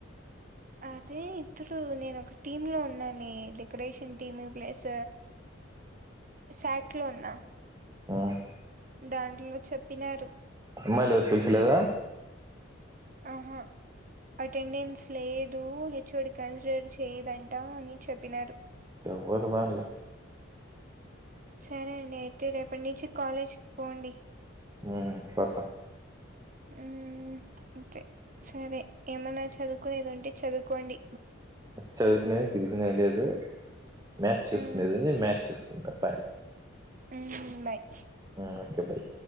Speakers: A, on the right (about 40°); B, on the right (about 15°).
A: అదే ఇద్దరు నేను ఒక టీమ్ లో ఉన్నాలే డెకరేషన్ టీమ్ ప్లస్ శాక్ లో ఉన్నా
B: మ్మ్
A: దాంట్లో చెప్పినారు
B: అమ్మాయిలు ఎవరు పిల్సలేద
A: ఆహా అటెండెన్స్ లేదు. హెచ్ ఒ డి కన్సిడర్ చేయదంటా అని చెప్పినారు
B: ఎవ్వరు వాళ్ళు
A: సరే అండి అయితే రేపట్నించి కాలేజ్కి పోండి
B: మ్మ్ పోత
A: మ్మ్మ్మ్ అంతే సరే ఏమన్నా చదువుకునేదుంటే చదువు కోండి
B: చదువుకునేది, గిదువుకునేది లేదు మ్యాచ్ చూసుకునేది
A: మ్మ్
B: ఉంది. మ్యాచ్ చూసుకు ఒకే బాయ్
A: మ్మ్ బాయ్
B: మ్మ్ ఒకే బాయ్